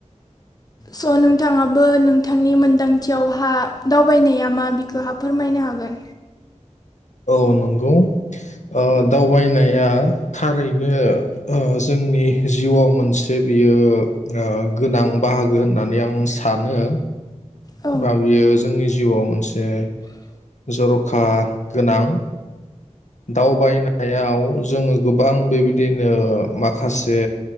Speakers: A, on the left (about 30°); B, on the left (about 70°).
A: स नोंथाङाबो नोंथांनि मोन्दांथियावहा दावबायनाया मा बिखौ हा फोरमायनो हागोन?
B: औ नंगौ ओ दावबायनाया थारैनो ओ जोंनि जिउआव मोनसे बियो ओ गोनां बाहागो होननानै आं सानो।
A: औ
B: बा बेयो जोंनि जिउआव मोनसे जर'खा गोनां,। दावबायनायाव जोङो गोबां बेबायदिनो माखासे